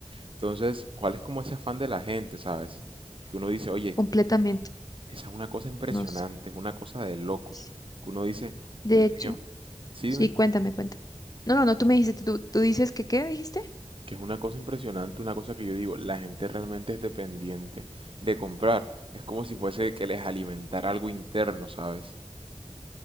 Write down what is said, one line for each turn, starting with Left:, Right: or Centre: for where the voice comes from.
Right: Entonces, ¿cuál es como ese afán de la gente, sabes? Que uno dice, oye,
Left: completamente.
Right: esa es una cosa impresionante,
Left: No sé.
Right: es una cosa de locos,
Left: sí.
Right: que uno dice,
Left: De
Right: Dios
Left: hecho.
Right: mío, sí,
Left: Sí,
Right: dime.
Left: cuéntame, cuéntame. No, no, no, tú me dijiste, tú, tú dices que qué dijiste.
Right: Que es una cosa impresionante, una cosa que yo digo, la gente realmente es dependiente de comprar. Es como si fuese que les alimentara algo interno, ¿sabes?